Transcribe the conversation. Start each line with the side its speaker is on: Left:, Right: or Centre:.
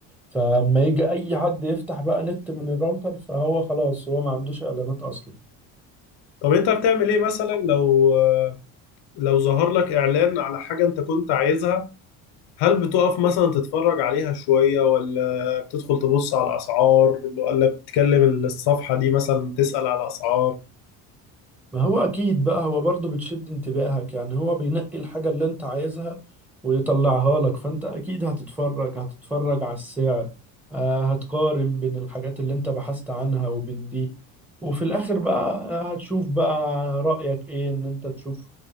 Centre: فلما يجي اي حد يفتح بقى نت من الراوتر فهو خلاص هو ما عندوش اعلانات اصلا
Left: طب انت بتعمل ايه مثلا لو آه، لو ظهر لك اعلان على حاجه انت كنت عايزها هل بتقف مثلا تتفرج عليها شوية ولا بتدخل تبص على الأسعار ولا بتكلم الصفحة دي مثلا بتسأل على الأسعار
Centre: ما هو اكيد بقى هو برضه بتشد انتباهك يعني هو بينقي الحاجة اللي انت عايزها ويطلعها لك فانت اكيد هتتفرج هتتفرج على السعر آه، هتقارن بين الحاجات اللي انت بحثت عنها وبين دي وفي الاخر بقى آه، هتشوف بقى رأيك ايه ان انت تشوف